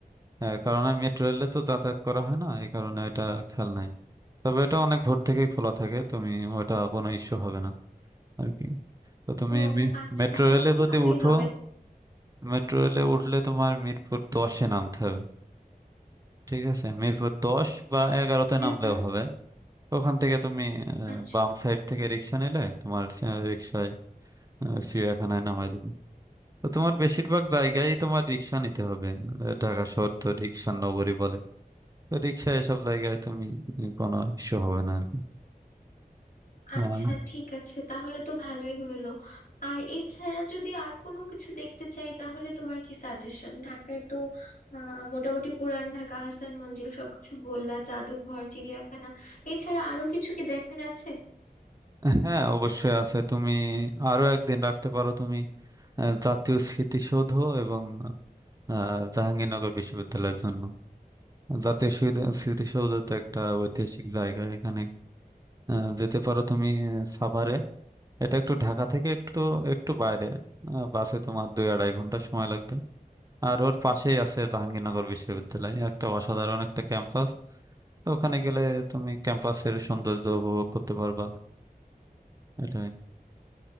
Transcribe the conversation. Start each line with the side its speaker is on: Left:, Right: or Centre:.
Right: আহ, কারণ আমি মেট্রো রেলে তো যাতায়াত করা হয় না এই কারণে এটা খেয়াল নাই তবে এটা অনেক ভোর থেকে খোলা থাকে তুমি ওটা কোনো ইস্যু হবে না আর কি তো তুমি
Left: ও আচ্ছা
Right: মেট্রো
Left: তাহলে
Right: রেলে যদি
Left: ভালোই
Right: উঠো
Left: হবে
Right: মেট্রো রেলে উঠলে তোমার মিরপুর দশে নামতে হবে ঠিক আছে মিরপুর দশ বা এগারোতে
Left: হুম
Right: নামলেও
Left: হুম
Right: হবে ওখান থেকে তুমি আহ,
Left: আচ্ছা
Right: বাম সাইড থেকে রিক্সা নিলে তোমার আহ, রিক্সায় আহ, চিড়িয়াখানায় নামাই দিবে তো তোমার বেশিরভাগ জায়গায় তোমার রিক্সা নিতে হবে আহ, ঢাকা শহর তো রিক্সার নগরী বলে তো রিক্সায় এসব জায়গায় তুমি কোনো ইস্যু হবে না আর কি
Left: আচ্ছা
Right: আহ,
Left: ঠিক আছে তাহলে তো ভালোই হইলো আর এছাড়া যদি আর কোনো কিছু দেখতে চাই তাহলে তোমার কি সাজেশন ঢাকায় তো আহ মোটামুটি পুরান ঢাকা হাসান মঞ্জিল সবকিছু বললা জাদুঘর চিড়িয়াখানা এছাড়া আরো কিছু কি দেখার আছে
Right: হ্যাঁ অবশ্যই আছে তুমি আরো একদিন রাখতে পারো তুমি আহ, জাতীয় স্মৃতিসৌধ এবং আহ, জাহাঙ্গীরনগর বিশ্ববিদ্যালয়ের জন্য জাতীয় স্মৃতি- স্মৃতিসৌধ তো একটা ঐতিহাসিক জায়গা এখানে আহ, যেতে পারো তুমি আহ, সাভারে এটা একটু ঢাকা থেকে একটু একটু বাইরে আহ, বাসে তোমার দুই আড়াই ঘন্টা সময় লাগবে আর ওর পাশেই আছে জাহাঙ্গীরনগর বিশ্ববিদ্যালয় একটা অসাধারণ একটা ক্যাম্পাস তো ওখানে গেলে তুমি ক্যাম্পাসের সৌন্দর্য উপভোগ করতে পারবা এটাই